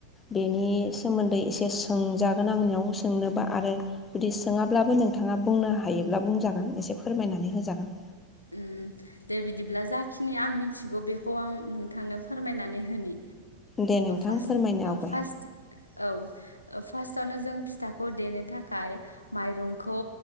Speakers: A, on the left (about 20°); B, on the left (about 80°).
A: बेनि सोमोन्दै एसे सोंजागोन आंनियाव सोंनोबा आरो जुदि सोङाब्लाबो नोंथाङा बुंनो हायोब्ला बुंजागोन एसे फोरमायनानै होजागोन।
B: उम दे बिदिब्ला जाखिनि आं मिथिगौ बेखौ आं नोंथांनो फोरमायनानै होनि
A: दे नोंथां
B: फास्ट
A: फोरमायनो आवगाय
B: फास्ट औ फास्टआवनो जों फिथाखौ देनो थाखाय माइरंखौ